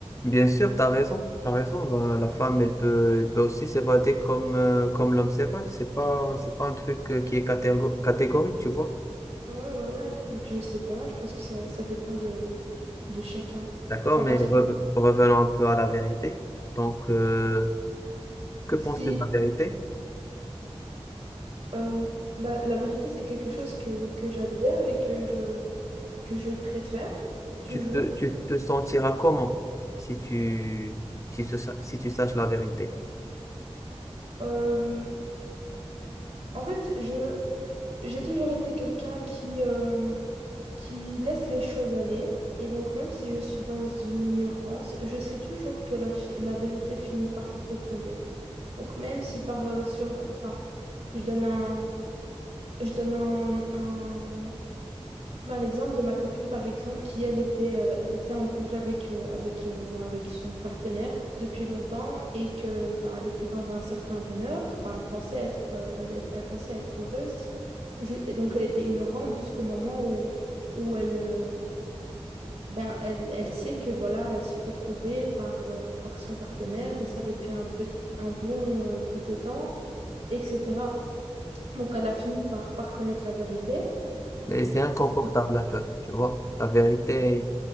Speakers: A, on the left; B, on the right.
A: Bien sûr, t'as raison, t'as raison. Ben, la femme, elle peut, elle peut aussi s'évader comme, euh, comme l'homme s'évade. C'est pas, c'est pas un truc euh, qui est catégo- catégorique, tu vois.
B: Ouais, ouais, ouais. Donc, je sais pas. Je pense que ça, ça dépend de, de chacun.
A: D'accord,
B: Moi,
A: mais
B: personnellement,
A: rev- revenons un peu à la vérité. Donc, euh, que penses-tu
B: si.
A: de la vérité?
B: euh, bah, la vérité, c'est quelque chose que, que j'adhère et que je, que je préfère, toujours.
A: Tu te, tu te sentiras comment si tu, si tu, sa- si tu saches la vérité?
B: Euh, en fait, je, j'ai toujours été quelqu'un qui, euh, qui laisse les choses aller. Et donc, même si je suis dans une ignorance, je sais toujours que la, fi- la vérité finit par retomber. Donc, même si par, euh, sur. Enfin. Je donne un, je donne un, un, ben, un exemple de ma copine, par exemple, qui, elle, était, euh, elle était en couple avec, euh, avec, euh, ben, avec son partenaire depuis longtemps et que, ben, elle était dans un certain bonheur. Enfin, elle pensait être, euh, elle, est- elle pensait être heureuse. Ju- et donc, elle était ignorante jusqu'au moment où, où elle, euh, ben, elle, elle sait que, voilà, elle se fait tromper par, euh, par son partenaire et ça depuis un, peu, un bon, euh, bout de temps, etc. Donc elle a fini par, par connaître la vérité.
A: Mais c'est inconfortable
B: C'est-
A: un peu, tu vois. La vérité,